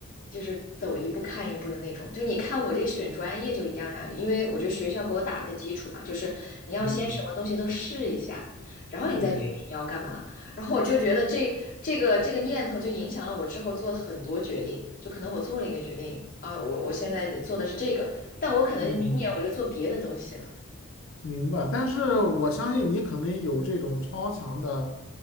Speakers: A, on the left; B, on the left.
A: 就是走一步看一步的那种。就你看我这选专业就一样呀，因为我觉得学校给我打了个基础嘛，就是你要先什么东西都试一下，
B: 嗯，
A: 然后你再决定你要干嘛。
B: 对，
A: 然后我就觉得这这个这个念头就影响了我之后做了很多决定，就可能我做了一个决定啊，我我现在做的是这个，但我可能明年我就做别的东西了。
B: 嗯。明白，但是我相信你可能有这种超强的，